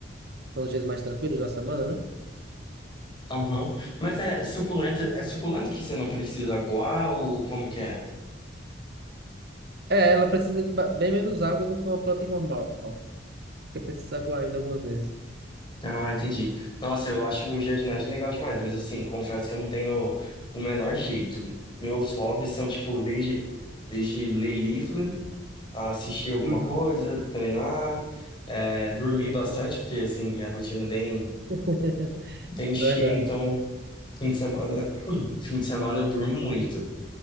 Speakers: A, on the right; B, on the left.
A: são os dias mais tranquilos da semana, né?
B: Aham. Mas é suculenta, é suculenta que você não precisa aguar ou como que é?
A: É, ela precisa de ba- bem menos água do que uma planta normal, porque precisa aguar ainda algumas vezes.
B: Ah, entendi. Nossa, eu acho jardinagem legal demais, mas assim, confesso que eu não tenho o menor jeito. Meus hobbies são, tipo, desde, desde ler livro, assistir alguma
A: Uhum.
B: coisa, treinar, é, dormir bastante, porque, assim, minha rotina é bem,
A: <laughs>
B: bem cheia,
A: Verdade.
B: então, fim de semana, fim de semana eu durmo muito,